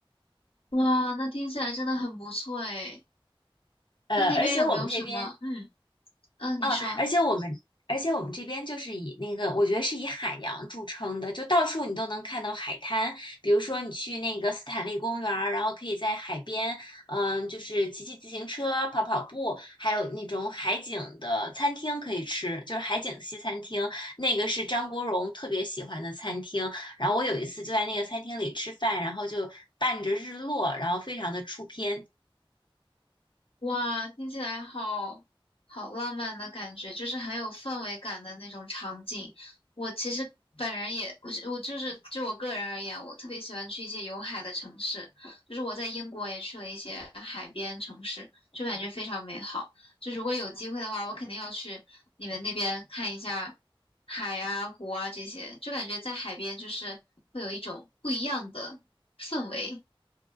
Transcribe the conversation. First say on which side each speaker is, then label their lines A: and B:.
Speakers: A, on the left; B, on the left.
A: 哇，那听起来真的很不错诶，
B: 呃，
A: 那那边有没有什么？
B: 而且我们这边
A: 嗯嗯，呃你说。
B: 啊，而且我们，而且我们这边就是以那个，我觉得是以海洋著称的，就到处你都能看到海滩。比如说你去那个斯坦利公园儿，然后可以在海边，嗯，就是骑骑自行车、跑跑步，还有那种海景的餐厅可以吃，就是海景西餐厅，那个是张国荣特别喜欢的餐厅。然后我有一次就在那个餐厅里吃饭，然后就伴着日落，然后非常的出片。
A: 哇，听起来好好浪漫的感觉，就是很有氛围感的那种场景。我其实本人也，我是我就是就我个人而言，我特别喜欢去一些有海的城市，就是我在英国也去了一些海边城市，就感觉非常美好。就如果有机会的话，我肯定要去你们那边看一下海啊、湖啊这些，就感觉在海边就是会有一种不一样的氛围。